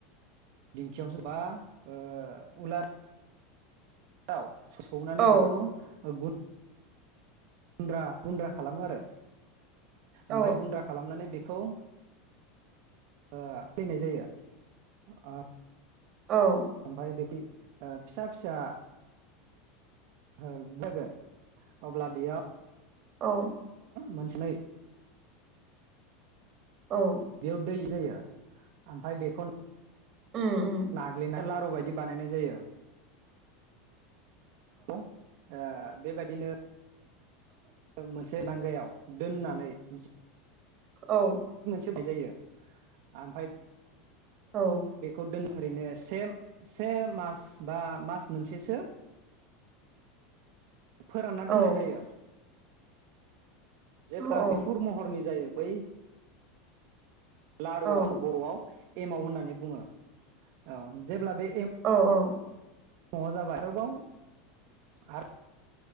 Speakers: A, on the right; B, on the right.
A: दिंखियावसो बा ओ उलार दाउ सौनानै
B: औ
A: बेखौ गु गुन्द्रा गुन्द्रा खालामो आरो ओमफाय
B: औ
A: गुन्द्रा खालामनानै बेखौ ओ फैनाय जायो ओ।
B: औ।
A: ओमफ्राय बेखि फिसा फिसा जोगोन। <inaudible> अब्ला बेयाव
B: औ
A: मोनसेनै
B: औ
A: बेयाव दै जायो आमफाय बेखौ
B: उम उम
A: नाग्लिना लारु बायदि बानायनाय जायो। औ आ। बे बायदिनो। मोनसे नांगायाव दोननानै जि
B: औ
A: सोबाय जायो आमफाय
B: औ
A: बेखौ दोन ओरैनो से से मास बा मास मोनसेसो फोरानना दोननाय
B: औ
A: जायो।
B: औ
A: जेब्ला बिफुर महरनि जायो बै लारुवा
B: औ
A: जों बरआव एमाव होननानै बुङो। औ जेब्ला बे
B: औ औ
A: माव जाबाय आरोबाव आर।